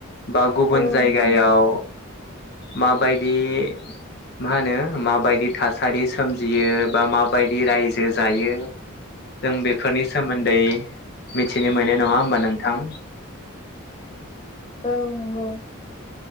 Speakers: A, on the left; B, on the left.
A: बा गुबुन
B: औ
A: जायगायाव।
B: नंगौ
A: माबायदि माहोनो माबायदि थासारि सोमजियो बा मा बायदि रायजो जायो जों बेफोरनि सोमोन्दै मिथिनो मोनो नङा होनबा नोंथां?
B: औ नंगौ।